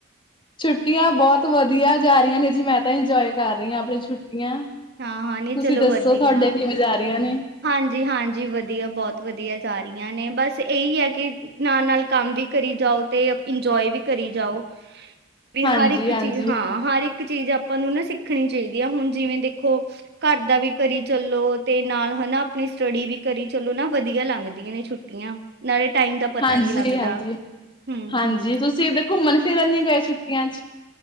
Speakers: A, on the left; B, on the right.
A: ਛੁੱਟੀਆਂ ਬਹੁਤ ਵਧੀਆ ਜਾ ਰਹੀਆਂ ਨੇ ਜੀ, 'ਮੈਂ' ਤਾਂ ਇੰਜੋਏ ਕਰ ਰਹੀ ਹਾਂ ਆਪਣੀਆਂ ਛੁੱਟੀਆਂ।
B: ਹਾਂ-ਹਾਂ ਨਹੀਂ
A: ਤੁਸੀਂ
B: ਚਲੋ
A: ਦੱਸੋ?
B: ਵਧੀਆ।
A: ਥੁਹਾਡੇ ਕਿਵੇਂ ਜਾ ਰਹੀਆਂ ਨੇ?
B: ਹਾਂਜੀ-ਹਾਂਜੀ, ਵਧੀਆ, ਬਹੁਤ ਵਧੀਆ ਜਾ ਰਹੀਆਂ ਨੇ, ਬਸ ਇਹੀ ਆ ਕਿ ਨਾਲ-ਨਾਲ ਕੰਮ ਵੀ ਕਰੀ ਜਾਓ, ਤੇ ਇੰਜੋਏ ਵੀ ਕਰੀ ਜਾਓ।
A: <inaudible>
B: ਵੀ ਹਰ ਇੱਕ
A: ਹਾਂਜੀ,
B: ਚੀਜ਼ ਹਾਂ, ਹਰ ਇੱਕ ਚੀਜ਼ ਆਪਾਂ ਨੂੰ ਨਾ ਸਿੱਖਣੀ ਚਾਹੀਦੀ ਆ, ਹੁਣ ਜਿਵੇਂ ਦੇਖੋ ਘਰ ਦਾ ਵੀ ਕਰੀ ਚੱਲੋ ਤੇ ਨਾਲ ਹਨਾ, ਆਪਣੀ ਸਟੱਡੀ ਵੀ ਕਰੀ ਚਲੋ, ਨਾ ਵਧੀਆ ਲੰਘਦੀਆਂ ਨੇ ਛੁੱਟੀਆਂ ਨਾਲੇ ਟਾਈਮ ਦਾ ਪਤਾ
A: ਹਾਂਜੀ,
B: ਨਹੀਂ ਲੱਗਦਾ,
A: ਹਾਂਜੀ।
B: ਹਮ-ਹਮ।
A: ਹਾਂਜੀ, ਤੁਸੀਂ ਕਿਤੇ ਘੁੰਮਣ- ਫਿਰਨ ਨੀ ਗਏ ਛੁੱਟੀਆਂ ਚ?